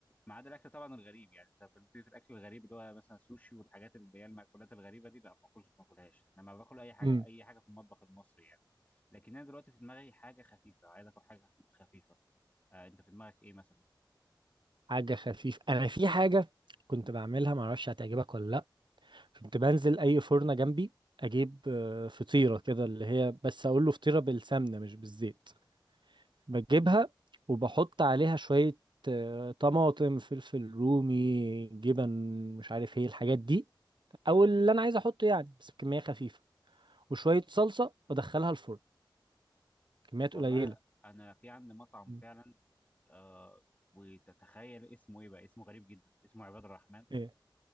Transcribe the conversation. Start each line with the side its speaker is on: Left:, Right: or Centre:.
Left: ما عدا الأكل طبعا الغريب يعني أنت كنت في الأكل الغريب اللي هو مثلا السوشي والحاجات اللي هي المأكولات الغريبة دي لا ما باكلش ما باكلهاش إنما باكل أي حاجة
Right: أمم.
Left: أي حاجة في المطبخ المصري يعني لكن أنا دلوقتي في دماغي حاجة خفيفة عايز آكل حاجة خفيفة أه أنت في دماغك إيه مثلا؟
Right: حاجه خفيفه انا في حاجه كنت بعملها معرفش هتعجبك ولا لا كنت بنزل اي فرنه جنبي اجيب آه، فطيره كده اللي هي بس اقول له فطيره بالسمنه مش بالزيت بجيبها وبحط عليها شوية آه، طماطم فلفل رومي جبن مش عارف ايه الحاجات دي او اللي انا عايز احطه يعني بس بكمية خفيفة وشوية صلصة وادخلها الفرن كميات
Left: والله
Right: قليلة
Left: أنا في عندي مطعم
Right: مم.
Left: فعلا آه وتتخيل اسمه ايه بقى اسمه غريب جدا اسمه عباد الرحمن
Right: ايه